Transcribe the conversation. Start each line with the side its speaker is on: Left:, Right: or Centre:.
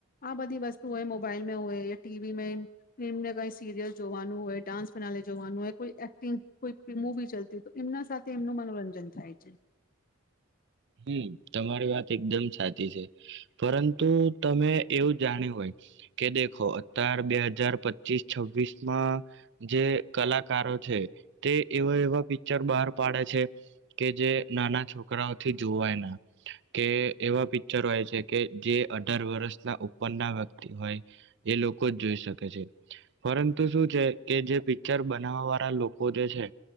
Left: આ બધી વસ્તુ હોય મોબાઈલમાં હોય ટીવી મે એમ એમને કઈ સિરિલ જોવાનું હોય ડાન્સ પ્રનાલી જોવાનું હોય કોઈ એક્ટિંગ કોઈ મૂવી ચાલતી હોય તો એમના સાથે એમનું મનોરંજન થાય છે,
Right: હમ તમારી વાત એકદમ સાચી છે, પરંતુ તમે એવું જાણ્યું હોય કે દેખો અતાર બે હજાર પચીસ છવ્વીસ માં જે કલાકારો છે, તે એવા એવા પિક્ચર બહાર પાડે છે, કે જે નાના છોકરાઓ વા કે એવા પિક્ચર હોય છે, કે જે અઢાર વર્ષના ઉપરના વ્યક્તિ હોય એ લોકો જ જોઈ શકે છે, પરંતુ શું છે કે જે પિક્ચર બનાવવા વાળા લોકો જે છે,